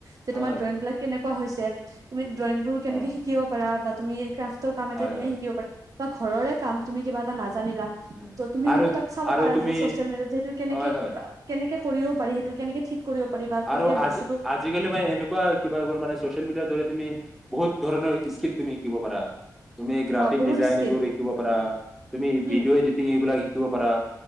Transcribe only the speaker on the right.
যে তোমাৰ
ড্ৰয়িং বিলাক কেনেকুৱা হৈছে। তুমি ড্ৰয়িং বোৰ কেনেকে
শিকিব পাৰা বা। তুমি কাৰ্ফ ত কাম এটা
কেনেকৈ
শিকিব পাৰা। বা ঘৰৰে কাম তুমি কিবা এটা নাজানা। নাজানিলা
ত' তুমি তাত
সেইটো চাব
পাৰা
চে চছিয়েল মিডিয়াত যে সেইটো কেনেকে
কি কেনেকে কৰিব পাৰি সেইটো কেনেকে ঠিক কৰিব পাৰিব বা। কেনেকে
বস্তুটো
অ বহুত
স্কিল
উম